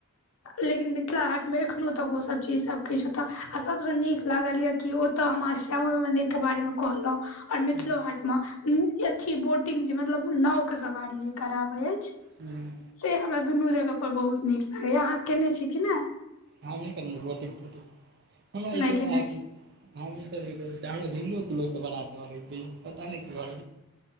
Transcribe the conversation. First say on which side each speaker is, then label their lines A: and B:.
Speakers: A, on the left; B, on the right.
A: लेकिन मिथिला हाट में एखनो तक ओ सब चीज सब किछ ओतऽ आ सबस नीक लागल ये कि ओतऽ हमरा श्यामा माई मंदिर के बारे मे कहलौ और मिथिलो
B: ह
A: हाट मे अथी बोटिंग जे मतलब नाव के सवारी जे कराबे अइछ।
B: हूँ।
A: से हमरा दुनू जगह पर बहुत नीक लागैया आहाँ केने छी कि नै।
B: हम नै करने छी बोटिंग हमरा
A: नहि
B: इसब
A: केने
B: आहाँ
A: छी
B: के हम ई सब नै करै छी हमरा झुल्लो तुलो से बड़ा डर होइत रहयै पता नै कीया।